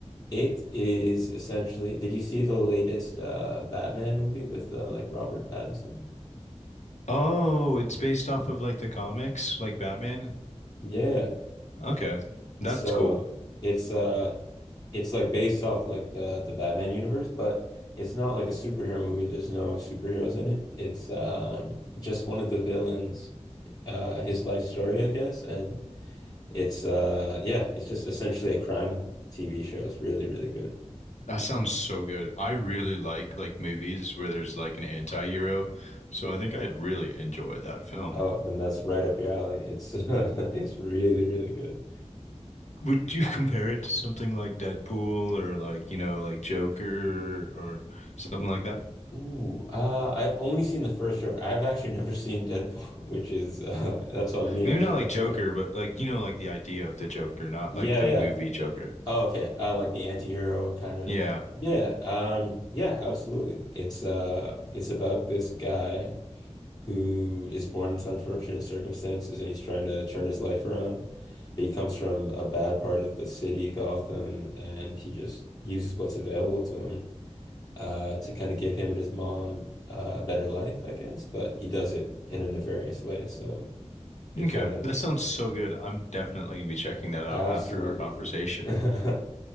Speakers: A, on the left (about 35°); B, on the left (about 80°).
A: it is essentially, did you see the latest uh Batman movie with uh, like Robert Pattinson?
B: Oh, it's based off of like the comics, like Batman.
A: Yeah.
B: Okay. That's
A: So
B: cool.
A: it's uh it's like based off like the the Batman universe, but it's not like a superhero movie. There's no superheroes in it. It's um just one of the villains, uh his life story, I guess, and It's uh yeah, it's just essentially a crime TV show. It's really, really good.
B: That sounds so good. I really like like movies where there's like an anti-hero, so I think I'd really enjoy that film.
A: Oh, then that's right up your alley. It's <laughs> it's really, really good.
B: Would you <laughs> compare it to something like Deadpool or like, you know, like Joker or something like that?
A: Ooh, uh, I've only seen the first joke. I've actually never seen Deadpool, <laughs> which is uh, that's on me.
B: Maybe
A: I should
B: not like
A: definitely
B: Joker,
A: watch it.
B: but like, you know, like the idea of the Joker, not
A: Yeah,
B: like the
A: yeah.
B: movie Joker.
A: Oh, okay. Uh, like the anti-hero kind of.
B: Yeah.
A: Yeah, yeah. Um, yeah, absolutely. It's uh, it's about this guy. who is born into unfortunate circumstances and he's trying to turn his life around. But he comes from a bad part of the city, Gotham, and he just uses what's available to him uh, to kind of give him and his mom uh, a better life, I guess. But he does it in a nefarious way. So you
B: Okay.
A: kind of
B: That sounds so good. I'm definitely going to be checking that out
A: absolutely,
B: after our conversation.
A: <laughs>